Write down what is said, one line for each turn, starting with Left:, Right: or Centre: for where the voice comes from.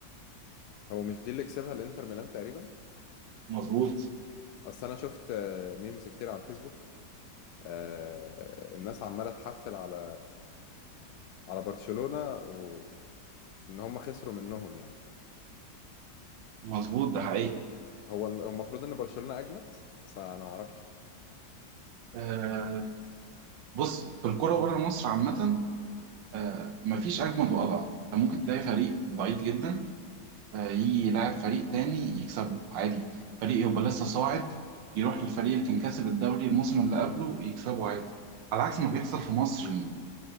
Left: هو مش دي اللي كسبها الانتر ميلان تقريبا
Right: مظبوط
Left: اصل انا شفت آه، ميمز كتير على الفيسبوك آه، الناس عماله تحفل على على برشلونه وان هم خسروا منهم يعني
Right: مظبوط ده حقيقي
Left: هو الم- هو المفروض ان برشلونه اجمد بس انا ما اعرفش
Right: آه بص في الكرة بره مصر عامة آه مفيش اجمد واضعف انت ممكن تلاقي فريق ضعيف جدا آه، يجي يلعب فريق تاني يكسبه عادي فريق يبقى لسه صاعد يروح للفريق اللي كان كاسب الدوري الموسم اللي قبله يكسبه عادي على عكس ما بيحصل في مصر إن